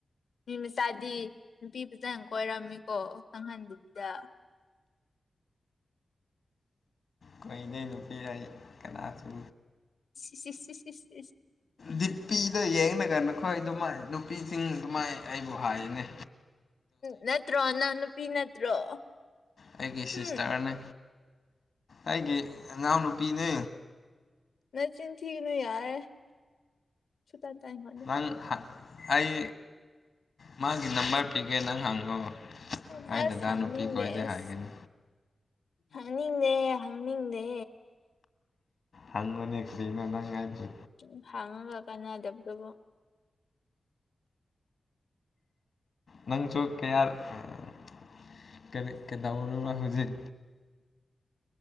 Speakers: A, on the left; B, on the left.
A: ꯅꯨ ꯃꯆꯥꯗꯤ ꯅꯨꯄꯤ ꯐꯖꯅ ꯀꯣꯏꯔꯝꯃꯤꯀꯣ ꯈꯪꯍꯟꯗꯕꯤꯗ꯫
B: ꯀꯣꯏꯗꯦ ꯅꯨꯄꯤ ꯑꯩ ꯀꯅꯥꯁꯨ꯫
A: ꯏꯁ ꯏꯁ ꯏꯁ ꯏꯁ ꯏꯁ
B: ꯗꯤꯄꯤꯗ ꯌꯦꯡꯉ ꯀꯥꯟ ꯅꯈꯣꯏ ꯑꯗꯨꯃꯥꯏ ꯅꯨꯄꯤꯁꯤꯡ ꯑꯗꯨꯃꯥꯏ ꯑꯩꯕꯨ ꯍꯥꯏꯕꯅꯦ
A: ꯅꯠꯇ꯭ꯔꯣ ꯅꯪꯅꯨꯄꯤ ꯅꯠꯇ꯭ꯔꯣ
B: ꯑꯩꯒꯤ
A: ꯎꯝ
B: ꯁꯤꯁꯇꯔꯅꯦ ꯑꯩꯒꯤ ꯏꯅꯥꯎꯅꯨꯄꯤꯅꯦ
A: ꯅꯆꯤꯟ ꯊꯤꯒꯅꯨ ꯌꯥꯔꯦ ꯁꯨꯡꯇꯥ ꯇꯥꯅꯤꯡꯉꯣ
B: ꯅꯪ ꯑꯩ ꯃꯥꯒꯤ ꯅꯝꯕꯔ ꯄꯤꯒꯦ ꯅꯪ ꯍꯪꯉꯣ
A: ꯎꯝ
B: ꯑꯩ
A: ꯑꯁ
B: ꯗꯗꯥ
A: ꯍꯪꯅꯤꯡꯗꯦ
B: ꯅꯨꯄꯤ ꯀꯣꯏꯗꯦ ꯍꯥꯏꯒꯅꯤ
A: ꯑꯁ ꯍꯪꯅꯤꯡꯗꯦ ꯍꯪꯅꯤꯡꯗꯦ
B: ꯍꯪꯉꯨꯅꯦ ꯀꯔꯤꯅꫭ ꯅꯪ ꯑꯩꯏꯕꯨ
A: ꯎꯝ ꯍꯪꯉꯒ ꯀꯥꯟꯅꯗꯕꯗꯨꯕꯨ
B: ꯅꯪꯁꯨ ꯀꯌꯥ ꯎꯝ ꯀꯩꯗꯧꯔꯕ ꯍꯧꯖꯤꯛ